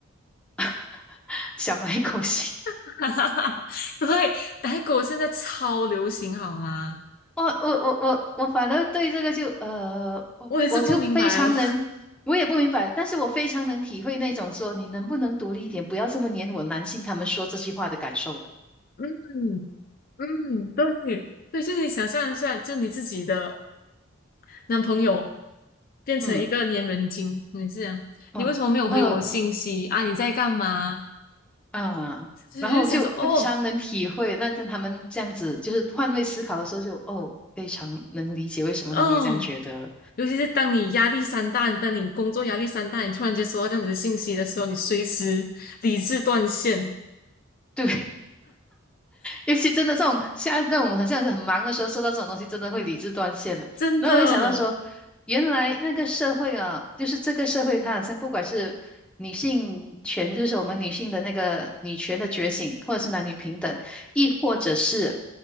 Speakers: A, in the centre; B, on the left.
A: <laughs> 小奶狗型。
B: <laughs> 哈哈哈，对，奶狗现在超流行，好吗？
A: 我我我我我反而对这个就呃，我我就非常能，
B: 我也是不明白哦。
A: 我也不明白，但是我非常能体会那种说你能不能独立一点，不要这么黏我男性他们说这句话的感受了。
B: 嗯嗯，对对，就你想象一下，就你自己的男朋友变成一个粘人精，
A: 嗯，
B: 你是这样，
A: 哇。
B: 你为什么没有回我信息啊？
A: 嗯，
B: 你在干嘛？
A: 啊，
B: 就是就想说，
A: 然后就非常能体会，
B: 哦，
A: 那在他们这样子就是换位思考的时候就，哦，非常能理解为什么他们会这样觉得了
B: 嗯，尤其是当你压力山大，当你工作压力山大，你突然间收到这样子的信息的时候，你随时理智断线，
A: 对，尤其真的这种现在这种很像是很忙的时候，收到这种东西，真的会理智断线了。
B: 真的。
A: 然后我就想到说，原来那个社会啊，就是这个社会，它好像不管是女性权，就是我们女性的那个女权的觉醒，或者是男女平等，亦或者是